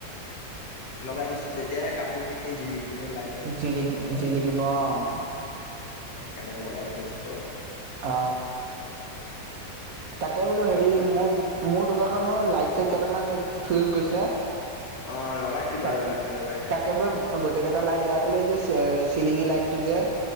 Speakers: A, on the left; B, on the right.
A: লগাই দিছো তেতিয়াাহে কাপোৰ খিনি জিলিকি কিব লাইটৰ চুপ
B: জিলিকি
A: মোহৰত
B: জিলিকিব অ',
A: সেইকাৰণে লগাই থৈছো চব
B: অ তাকে বোলো হেৰি
A: বাকী
B: মোৰ মোৰ দোকানখনৰ লাইট চাইট কেইটামান ফিউজ গৈছে
A: অ লগাই দিবা
B: তাক
A: লগাই দিবা লাইট
B: তাকেব গোটে কেইটা লাইট এৰাই পেলাই এই যে চিলিঙি লাইট টো যে